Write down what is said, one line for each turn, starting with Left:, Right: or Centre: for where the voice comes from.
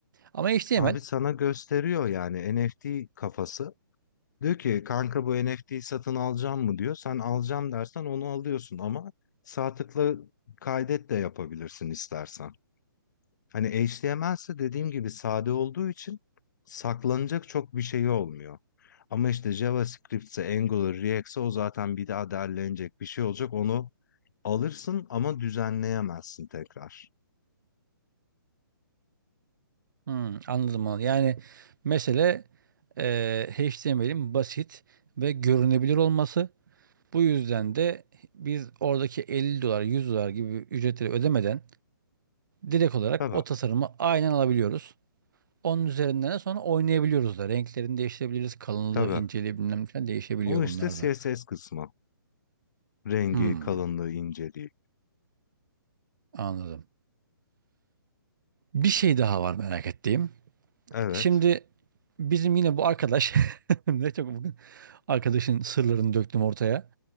Right: ama HTML.
Left: Abi sana gösteriyor yani NFT kafası. Diyor ki kanka bu NFT'yi satın alacağım mı diyor. Sen alacağım dersen onu alıyorsun ama sağ tıkla kaydet de yapabilirsin istersen. Hani HTML ise dediğim gibi sade olduğu için saklanacak çok bir şey olmuyor. Ama işte JavaScript JavaScript'se, Angular, React'se o zaten bir daha derlenecek bir şey olacak. Onu alırsın ama düzenleyemezsin tekrar.
Right: Hmm, anladım anladım. Yani mesele e, HTML'in basit ve görünebilir olması. Bu yüzden de biz oradaki 50 dolar 100 dolar gibi ücretleri ödemeden direkt olarak
Left: Tabii,
Right: o tasarımı aynen alabiliyoruz. Onun üzerinden de sonra oynayabiliyoruz da. Renklerini değiştirebiliriz. Kalınlığı,
Left: tabii
Right: inceliği bilmem ne falan değişebiliyor
Left: O
Right: bunlar
Left: işte CSS
Right: da.
Left: kısmı. Rengi,
Right: Hmm,
Left: kalınlığı, inceliği.
Right: anladım. Bir şey daha var merak ettiğim.
Left: Evet.
Right: Şimdi bizim yine bu arkadaş <laughs> ne çok bugün arkadaşın sırlarını döktüm ortaya.